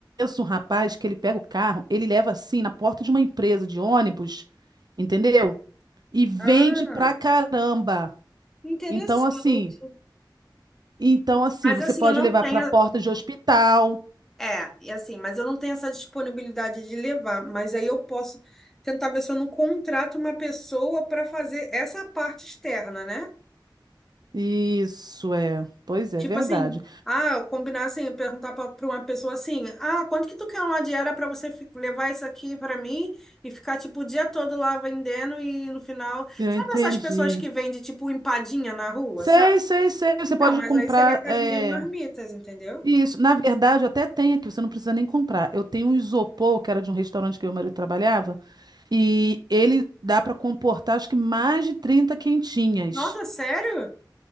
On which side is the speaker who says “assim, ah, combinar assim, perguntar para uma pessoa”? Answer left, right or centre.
Centre